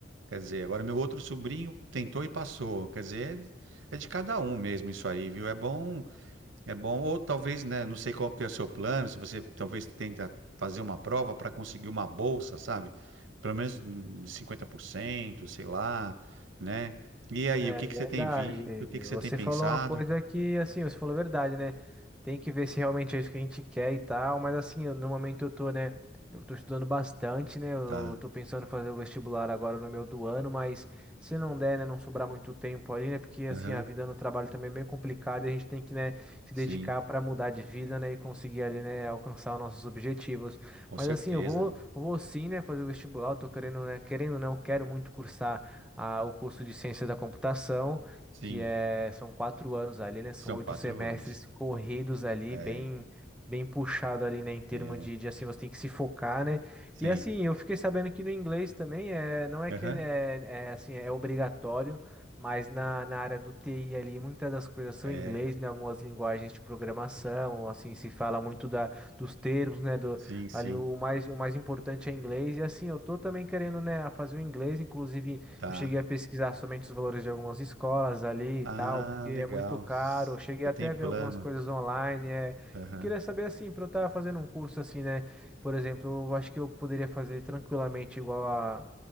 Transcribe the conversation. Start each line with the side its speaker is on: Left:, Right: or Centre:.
Right: Quer dizer, agora meu outro sobrinho tentou e passou. Quer dizer, é de é de cada um mesmo isso aí, viu? É bom é bom, ou talvez, né, não sei qual que é o seu plano, se você talvez tenta fazer uma prova para conseguir uma bolsa, sabe? Pelo menos hum, 50% sei lá, né? E aí,
Centre: É
Right: o que que
Centre: verdade.
Right: você tem visto? O que que você
Centre: Você
Right: tem pensado?
Centre: falou uma coisa que, assim, você falou verdade, né? Tem que ver se realmente é isso que a gente quer e tal, mas assim, eu- no momento eu tô, né? Eu tô estudando bastante, né? Eu
Right: Tá.
Centre: tô pensando em fazer o vestibular agora no meu do ano, mas se não der, né, não sobrar muito tempo ali, né? Porque assim,
Right: Aham.
Centre: a vida no trabalho também é meio complicada e a gente tem que, né, se
Right: Sim,
Centre: dedicar para mudar de vida, né, e conseguir ali, né, alcançar os nossos objetivos.
Right: com
Centre: Mas
Right: certeza,
Centre: assim, eu vou,
Right: meu.
Centre: vou sim, né, fazer o vestibular, eu tô querendo, né, querendo, não, eu quero muito cursar a- o curso de Ciência da Computação,
Right: Sim,
Centre: que é, são quatro anos ali, né? São
Right: são
Centre: oito
Right: quatro
Centre: semestres
Right: anos.
Centre: corridos ali,
Right: É,
Centre: bem, bem puxado ali, né? Em termos
Right: é,
Centre: de, de, assim, você tem que se focar, né?
Right: sim.
Centre: E assim, eu fiquei sabendo que no inglês também é, não é
Right: Aham.
Centre: que é, é é, assim, é obrigatório. Mas na, na área do TI ali, muitas das coisas são
Right: É,
Centre: em inglês, né? Algumas linguagens de programação, assim, se fala muito da, dos termos, né? Do,
Right: sim, sim.
Centre: ali o mais, o mais importante é inglês. E assim, eu tô também querendo, né, fazer o inglês, inclusive.
Right: Tá.
Centre: Eu cheguei a pesquisar somente os valores de algumas escolas ali
Right: Ah,
Centre: e tal, porque é
Right: legal.
Centre: muito caro.
Right: Você
Centre: Eu cheguei até
Right: tem plano.
Centre: a ver algumas coisas online, é,
Right: Aham.
Centre: e queria saber assim, para eu estar fazendo um curso assim, né? Por exemplo, eu acho que eu poderia fazer tranquilamente igual a